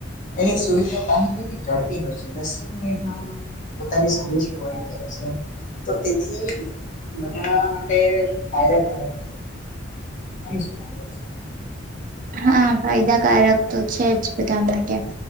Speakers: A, on the left (about 40°); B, on the right (about 45°).
A: એની સુવિધા પાણી કેવી ઝડપી હોય છે, દસક મિનિટમાં લોકો પોતાની સર્વિસ પ્રોવાઈડ કરે છે. તો તેથી બધા માટે ફાયદાકારક છે. <unintelligible>
B: હા, ફાયદાકારક તો છે જ બધા માટે.